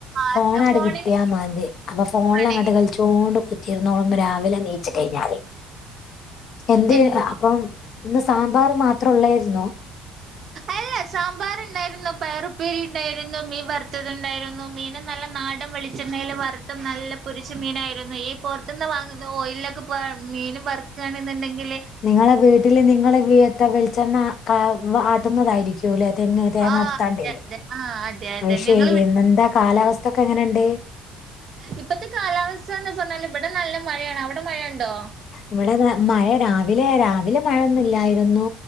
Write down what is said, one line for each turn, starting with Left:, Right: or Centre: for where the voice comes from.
Left: ഫോണാട്
Right: അതെ ഫോണിന്
Left: കിട്ടിയാ മതി അപ്പോ ഫോണിൽ
Right: ആണ്
Left: അങ്ങട് കളിച്ചോണ്ട് കുത്തിരുന്നോളും പ രാ രാവിലെ ന്നീച്ച് കഴിഞ്ഞാല് എന്ത്
Right: എന്തോ
Left: അപ്പോ. ഇന്ന് സാമ്പാറ് മാത്രം ഉള്ളായ്രുന്നോ?
Right: അല്ല സാമ്പാറ്. ഉണ്ടായിരുന്നു, പയറു ഉപ്പേരി ഉണ്ടായിരുന്നു, മീൻ വറുത്തത്ണ്ടായിരുന്നു, മീന് നല്ല നാടൻ വെളിച്ചെണ്ണേല് വറ് ത്ത് നല്ല പൊരിച്ച മീനായിരുന്നു, ഈ പൊറത്തുന്ന് വാങ്ങുന്ന ഓയിലിലൊക്കെ പോ മീന് വറക്കുആണെന്നുണ്ടെങ്കി
Left: നിങ്ങളെ വീട്ടില് നിങ്ങള് വി എത്ത വെളിച്ചെണ്ണ കാ ആട്ടുന്നതായിരിക്കു ല്ലേ. തെങ്ങ് തേങ്ങ
Right: ആ
Left: എടുത്താണ്ടേ
Right: അതെ അതെ ആ അതെ അതെ
Left: അയ് ശെരി
Right: ഞങ്ങള് വി
Left: പിന്ന എന്താ കാലാവസ്ഥ ഒക്കെ എങ്ങനെയുണ്ട്?
Right: ഇപ്പത്തെ കാലാവസ്ഥ യെന്ന് പറഞ്ഞാല് ഇബടെ നല്ല മഴയാണ് അവടെ മഴയുണ്ടോ?
Left: ഇവിടെ ന മഴ രാവിലെ രാവില മഴയൊന്നും ഇല്ലായിരുന്നു,